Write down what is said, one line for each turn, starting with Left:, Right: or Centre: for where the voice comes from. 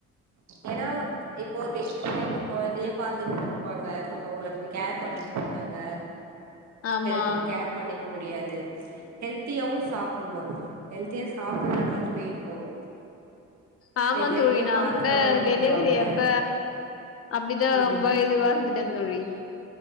Right: ஏன்னா இப்போ <unintelligible> கொழந்தையே பாத்துக்கிட்டு இருப்பாங்க அவங்களுக்கு கேர் பண்ணிக்க மாட்டாங்க
Left: ஆமா
Right: ஹெல்து கேர் பண்ணிக்க முடியாது ஹெல்த்தியாவு சாப்புடுணு ஹெல்தியா சாப்பிட்லனாலு வெயிட் போடு
Left: ஆமா
Right: இப்ப ஹெல்த்தியா
Left: தோழி நா
Right: பாத்துக்காம
Left: கூட
Right: விட்டுடுவாங்கல்ல
Left: டெலிவரி அப்ப அப்டிதா
Right: ம்
Left: ரொம்ப இதுவா இருந்துட்டே தோழி